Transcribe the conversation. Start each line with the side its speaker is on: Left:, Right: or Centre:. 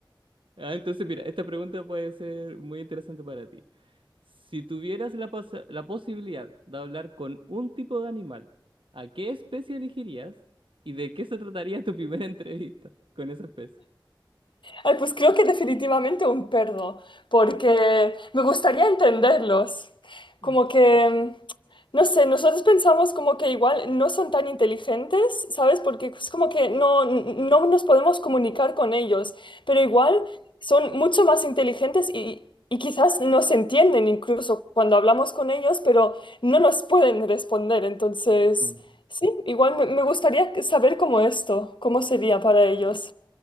Right: Ah, entonces, mira, esta pregunta puede ser muy interesante para ti. Si tuvieras la, posa- la posibilidad de hablar con un tipo de animal, ¿a qué especie elegirías y de qué se trataría tu primera <laughs> entrevista con esa especie?
Left: Ay, pues creo que definitivamente un perro, porque me gustaría entenderlos. Como
Right: Mm,
Left: que, no sé, nosotros pensamos como que igual no son tan inteligentes, ¿sabes? Porque es como que no, no nos podemos comunicar con ellos, pero igual son mucho más inteligentes y, y quizás nos entienden incluso cuando hablamos con ellos, pero no nos pueden responder. Entonces,
Right: mm.
Left: sí, igual me, me gustaría saber cómo esto, cómo sería para ellos.